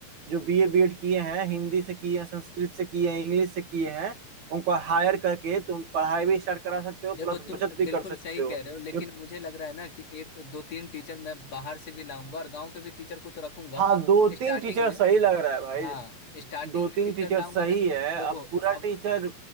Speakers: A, on the right; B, on the left.
A: जो बीए बीएड किए हैं हिंदी से किए हैं संस्कृत से किए हैं इंग्लिश से किए हैं उनको हायर करके तुम पढ़ाई भी स्टार्ट करा सकते हो
B: देखो
A: प्लस
B: तुम
A: बचत भी
B: बिल्कुल
A: कर सकते
B: सही
A: हो
B: कह रहे हो लेकिन
A: जो
B: मुझे लग रहा है ना कि एक दो तीन टीचर मैं बाहर से भी लाऊंगा और गांव के भी टीचर को तो रखूंगा
A: हाँ दो
B: स्टार्टिंग
A: तीन टीचर
B: में
A: सही लग रहा है भाई
B: हाँ स्टार्टिंग
A: दो
B: में
A: तीन
B: टीचर
A: टीचर
B: लाऊंगा
A: सही
B: ना तो
A: है
B: देखो
A: अब पूरा
B: अब
A: टीचर